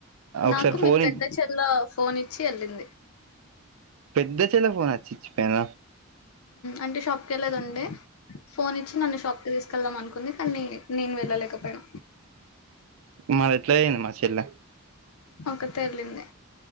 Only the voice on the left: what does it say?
నాకు
మీ పెద్ద చెల్ల ఫోన్ ఇచ్చి వెళ్ళింది
అంటే షాప్కి వెళ్ళేది ఉండే ఫోన్ ఇచ్చి నన్ను షాప్కి తీసుకెళ్దాం అనుకుంది కానీ నేను వెళ్ళలేకపోయిన
ఒక్కతే ఎల్లింది